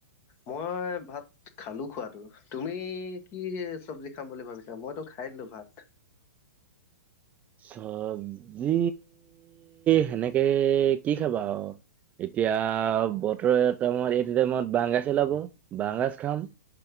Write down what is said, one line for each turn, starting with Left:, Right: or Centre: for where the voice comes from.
Left: মই ভাত। খালো খোৱাতটো তুমি কি চব্জি খাম বুলি ভাবিছা মইতো খাই দিলো ভাত।
Right: চব্জি সেনেকে কি খাবা আও। এতিয়া বতৰ টাইমত এইটো টাইমত বাহগাজ উলাব বাহগাজ খাম।